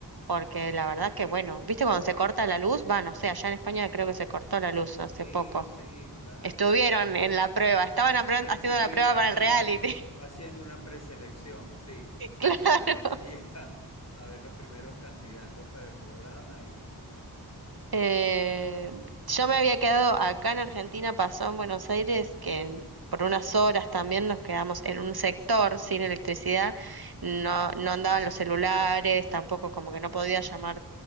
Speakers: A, on the right (about 65°); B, on the left (about 40°).
A: porque la verdad que, bueno, ¿viste cuando se corta la luz? Va, no sé, allá en España creo que se cortó la luz
B: Sí,
A: hace poco.
B: sí, claro.
A: Estuvieron
B: Entonces...
A: en la prueba, estaban apro-
B: Estuvi-
A: haciendo la prueba
B: estaban
A: para el reality.
B: haciendo una preselección, sí. Empezaron
A: <laughs>
B: ahí <laughs> a, a ver los primeros candidatos para el programa y, y bueno, nada.
A: Claro. Eh,
B: <laughs>
A: yo me había quedado acá en Argentina, pasó en Buenos Aires, que en- por unas horas también nos quedamos en un sector sin electricidad. No, no andaban los celulares, tampoco como que no podía llamar